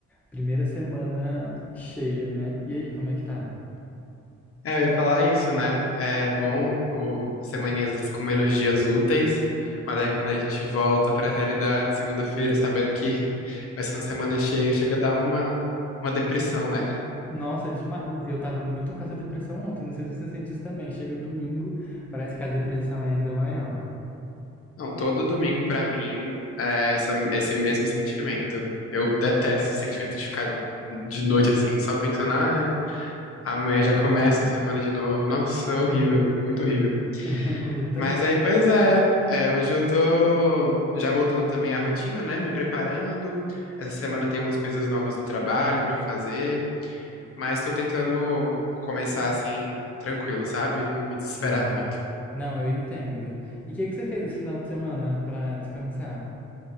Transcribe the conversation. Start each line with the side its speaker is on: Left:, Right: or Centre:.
Centre: Primeira semana cheia, né? E aí, como é que tá?
Left: É, eu ia falar isso, né? É bom o as semaninhas com menos dias úteis, mas aí quando a gente volta pra realidade, segunda-feira, sabendo que <laughs> vai ser uma semana cheia, chega a dar uma, uma depressão, né?
Centre: Nossa, demais. Eu tava muito com essa depressão ontem. Não sei se você sente isso também. Chega domingo, parece que a depressão é ainda maior.
Left: Não, todo domingo pra mim é essa- esse mesmo sentimento. Eu detesto o sentimento de ficar de noite assim, só pensando, ai, amanhã já começa a semana de novo. Nossa, é horrível, muito horrível.
Centre: <laughs> Comigo também.
Left: Mas aí, pois é. É, hoje eu tô já voltando também à rotina, né? Me preparando. Essa semana tem umas coisas novas no trabalho pra eu fazer, mas tô tentando começar assim, tranquilo, sabe? Não me desesperar
Centre: Sim.
Left: <laughs> muito.
Centre: Não, eu entendo. E o que que você fez esse final de semana pra descansar?